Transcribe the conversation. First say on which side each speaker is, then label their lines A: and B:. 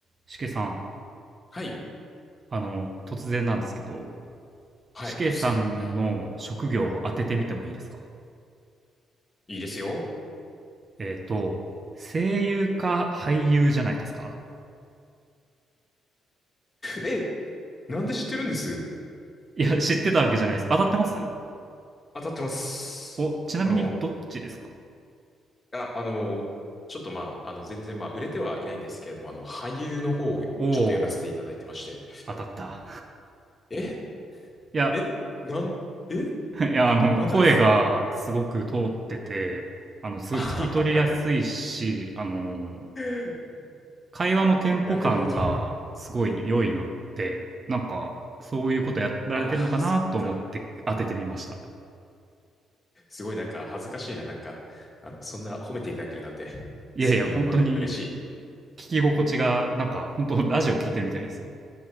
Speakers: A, on the right (about 35°); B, on the left (about 30°).
A: しけさん、
B: はい。
A: あの、突然なんですけど、
B: はい。
A: しけさんの職業を当ててみてもいいですか
B: 突然。はい。いいですよ。
A: えっ、と、声優か俳優じゃないですか
B: え、なんで知ってるんです
A: いや、知ってたわけじゃないです。当たってます
B: 当たってます。
A: お、ちなみにどっちですか
B: あの、あ、あの、ちょっとまあ、あの、全然まあ、売れてはいないんですけれども、あの、俳優の方をちょっとやらせていただいてまして。
A: おおー当たった。
B: え、
A: いや、
B: え、なん、え、
A: いや、あの、
B: なんでです
A: 声がすごく通ってて、あの、すごい聞き取りやすいし、
B: あははは
A: あの、
B: <laughs>
A: 会話のテンポ感がすごい良いのって、
B: なるほど。
A: なんか、そういうことやられてるのかなと思って当ててみました。
B: ああ、そっか。すごいなんか恥ずかしいな。なんか、あの、そんな褒めていただけるなんて、
A: いやいや、
B: すごい嬉しい。
A: 本当に聞き心地が、なんか、本当ラジオ聞いてるみたいですよ。